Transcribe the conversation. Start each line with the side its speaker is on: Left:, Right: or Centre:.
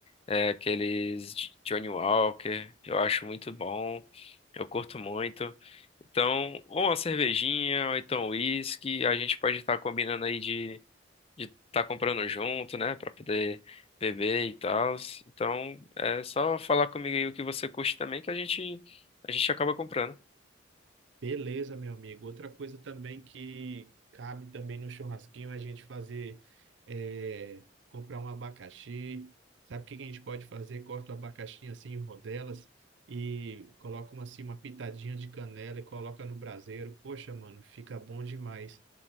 Left: é, aqueles de- Johnny Walker, eu acho muito bom, eu curto muito. Então, ou uma cervejinha, ou então uísque, a gente pode estar combinando aí de de estar comprando junto, né, Pra poder beber e tal. Então, é só falar comigo aí o que você curte também que a gente a gente acaba comprando.
Right: Beleza, meu amigo. Outra coisa também que cabe também no churrasquinho é a gente fazer, é, comprar um abacaxi. Sabe o que que a gente pode fazer? Corta o abacaxi assim em rodelas e coloca uma, assim, uma pitadinha de canela e coloca no braseiro. Poxa, mano, fica bom demais.